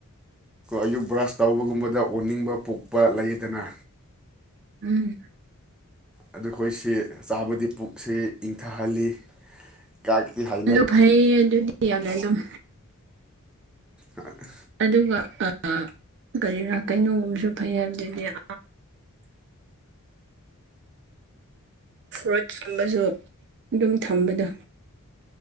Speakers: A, in the centre; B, on the right (about 55°).
A: ꯑꯌꯨꯛ ꯕ꯭ꯔꯁ ꯇꯧꯕꯒꯨꯝꯕꯗ ꯑꯣꯅꯤꯡꯕ ꯄꯣꯛꯄ ꯂꯩꯗꯅ
B: ꯎꯝ
A: ꯑꯗꯨ ꯈꯣꯏꯁꯤ ꯆꯥꯕꯗꯤ ꯄꯨꯛꯁꯤ ꯏꯪꯊꯍꯜꯂꯤ ꯀꯌꯥꯛꯇ ꯍꯥꯏ
B: ꯂꯨꯞ ꯐꯩꯌꯦ ꯑꯗꯨꯗꯤ ꯌꯥꯝꯅꯥ ꯑꯗꯨꯝ
A: ꯑ
B: ꯑꯗꯨꯒ ꯑ ꯀꯔꯤꯔꯥ ꯀꯩꯅꯣꯒꯨꯝꯕꯁꯨ ꯐꯩ ꯍꯥꯏꯕꯗꯨꯗꯤ ꯑ ꯏꯁꯀ꯭ꯨꯋꯥꯠ ꯀꯨꯝꯕꯁꯨ ꯑꯗꯨꯝ ꯊꯝꯕꯗꯣ